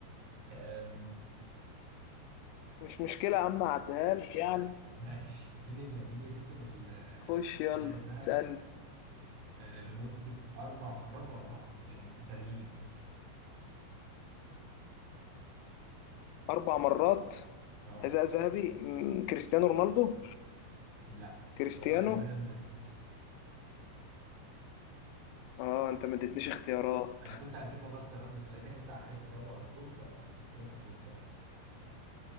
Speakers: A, on the right (about 70°); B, on the left (about 85°).
A: أم،
B: مش مشكلة يا عم اعديها لك يعني
A: ماشي مين اللي مين اللي كسب ال-
B: خش يلا
A: الحذاء الذهبي
B: اسألني
A: أه، لمدة أربع مرات ورا بعض يعني متتاليين
B: اربع مرات
A: اه
B: حذاء ذهبي مم، كريستيانو رونالدو
A: لا
B: كريستيانو
A: هو ليونيل ميسي
B: اه انت ما اديتنيش اختيارات
A: أنا كنت هديك والله اختيارات بس لقيتك أنت عايز تجاوب على طول فسبت لك الفرصة يعني